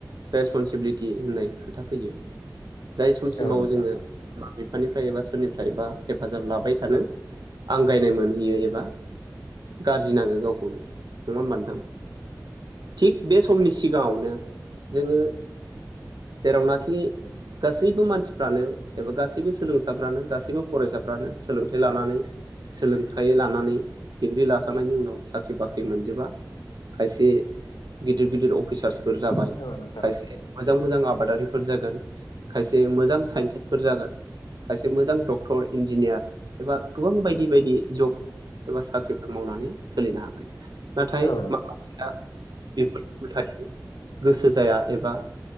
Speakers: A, on the right; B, on the left.
A: रेसपनसिबिलिटि होननाय खोथा फैयो। जाय समसिमाव
B: औ नोंथां
A: जोङो बिमा बिफानिफ्राय एबा सोरनिफ्रायबा हेफाजाब लाबाय थानो आंगायनाय मोनहैयो एबा गाज्रि नाङो गावखौनो नङा होमबा नोंथां? थिग बे समनि सिगाङावनो जोङो जेरावनाखि गासैबो मानसिफ्रानो एबा गासैबो सोलोंसाफ्रानो गासैबो फरायसाफ्रानो सोलोंथाइ लानानै सोलोंथाइ लानानै डिग्रि लाखांनायनि उनाव साख्रि बाख्रि मोनजोबा खायसे गिदिर गिदिर अफिसार्सफोर जाबाय
B: औ नोंथां औ नोंथां
A: खायसे
B: औ नोंथां औ नोंथां औ नोंथां औ
A: मोजां मोजां आबादारिफोर जागोन। खायसे मोजां साइन्टिस्टफोर जागोन खायसे मोजां डक्टर इन्जिनियार एबा गोबां बायदि बायदि जब एबा साख्रिफोर मावनानै सोलिनो हागोन। नाथाय
B: नोंथां औ नोंथां औ नोंथां औ नोंथां औ नोंथां औ नोंथां औ नोंथां औ नोंथां औ नोंथां औ नोंथां औ
A: माखासेया बेफोर उलथायै गोसो जाया एबा